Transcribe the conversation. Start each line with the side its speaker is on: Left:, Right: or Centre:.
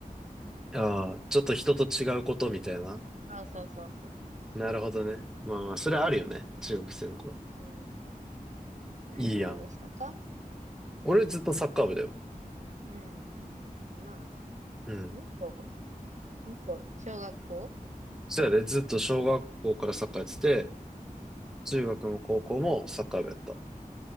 Centre: ああ、ちょっと人と違うことみたいな。
Right: そうそうそうそ
Centre: なるほどね。まあまあ、それあるよね。中学生の頃。
Right: う。うん。何部でしたか
Centre: いいやん。俺ずっとサッカー部だよ。
Right: うん。かな。
Centre: うん。
Right: どこどこ小学校
Centre: そやで、ずっと小学校からサッカーやってて、中学も高校もサッカー部やった。